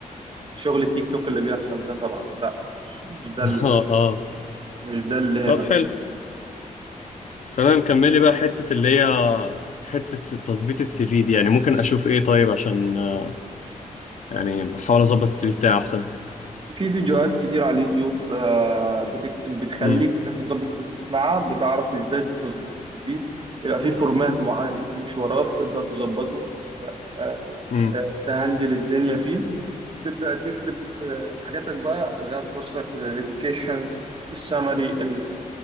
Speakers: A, on the right; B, on the left.
A: شغل التيك توك اللي بيحصل ده طبعا لا مش مش ده
B: <laughs>
A: ال-
B: اه اه
A: مش ده اللي
B: طب
A: هنا فاهم
B: حلو تمام كملي بقى حته اللي هي حته تظبيط السي في دي يعني ممكن اشوف ايه طيب عشان آه، يعني احاول اظبط السي في بتاعي احسن
A: في فيديوهات كتير على اليوتيوب آه، بتكتب بتخليك
B: امم
A: ان انت تظبط السي في تسمعها بتعرف ازاي تظبط السي في يبقى في فورمات معين بتمشي وراه بتبدا تظبطه تبدا آه،
B: امم
A: تهندل الدنيا فيه وتبدأ تكتب آه، حاجاتك بقى اللي هتخصك زي ال education السمري